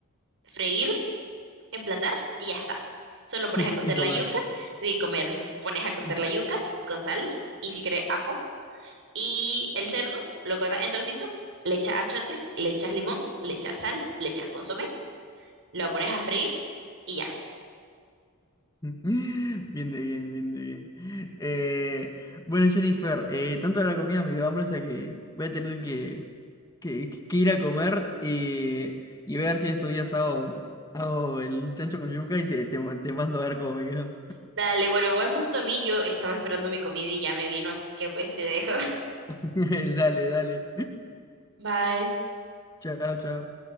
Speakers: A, on the right; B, on the left.
A: freír, emplatar y ya está. Solo pones
B: <laughs>
A: a cocer
B: Y comer.
A: la yuca de comer. Pones a cocer
B: <laughs>
A: la yuca con sal y si querés ajo. Y el cerdo lo cortas en trocitos, le echas achote, le echas limón, le echas sal, le echas consomé, lo pones a freír y ya.
B: Bien de bien, bien de bien. Eh, bueno, Jennifer, eh, tanto de la comida me dio hambre, o sea que voy a tener que, que- que ir a comer y y ver si estos días hago, hago el chancho con yuca y te, te, te mando a ver cómo me quedo.
A: Dale, bueno, igual justo a mí yo estaba esperando mi comida y ya me vino, así que pues te dejo. <laughs>
B: <laughs> Dale, dale.
A: Bye.
B: Chao, chao.